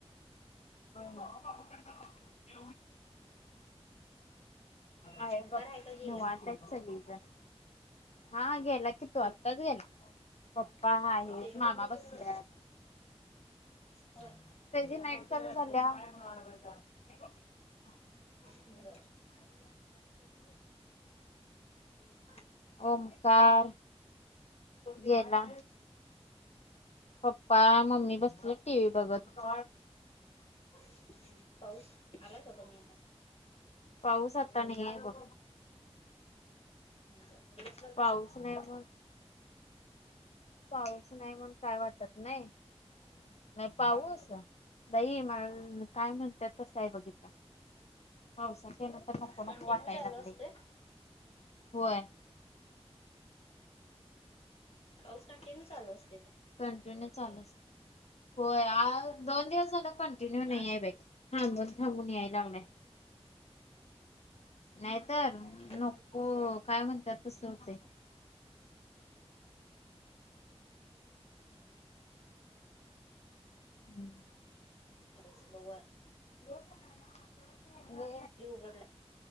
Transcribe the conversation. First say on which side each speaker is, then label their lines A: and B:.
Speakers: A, on the left; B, on the left.
A: वाटत? <unintelligible> <unintelligible> आहेत
B: ओंकार
A: बघ
B: आहे का गेला?
A: निवांत आहेत सगळी जण हा हा गेला की तो आताच गेला पप पप्पा आहेत
B: त्याची
A: मामा
B: कुठली
A: बसल्यात,
B: शिफ्ट? होय
A: त्याझी नाईट ल्या <unintelligible> <unintelligible> <inaudible>
B: सुंदर <unintelligible>
A: ओमकार गेला. पप्पा मम्मी बसलेत टीव्ही बघत.
B: हम्म पाऊस आलाय का कमी आता
A: पाऊस आता नाही ए बघ
B: बर दिवसभर
A: पाऊस
B: कसा
A: नाही म्हण पाऊस नाही म्हण काय वाटत नाही. नाय पाऊस बाई महा काय म्हणतात तस आहे बघिता पावसाच्या नको नको
B: कंटिन्यू
A: वाटायला
B: चालू
A: लागले
B: असते.
A: होय.
B: पाऊस कंटिन्यू चालू असते ते,
A: कंटिन्यू चालू असतंय. होय दोन दिवस झाला कंटिन्यू नाही
B: आज
A: आहे बाई हा मग थांबून याय लागलाय नाहीतर,
B: पाऊस
A: नको
B: काढायचा
A: काय म्हणतात तस होतंय हम्म
B: ब बघआ <unintelligible> <unintelligible> <unintelligible> <inaudible> <inaudible>
A: म <unintelligible> <inaudible>
B: हक